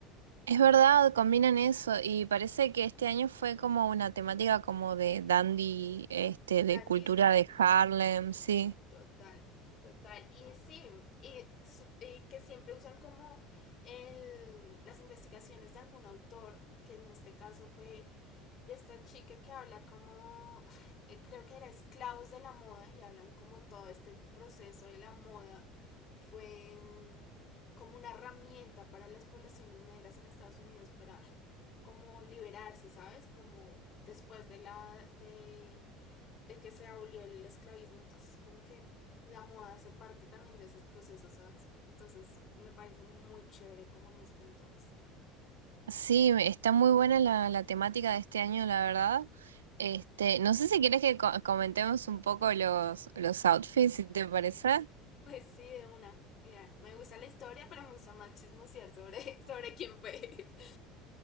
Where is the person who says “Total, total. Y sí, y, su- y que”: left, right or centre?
Left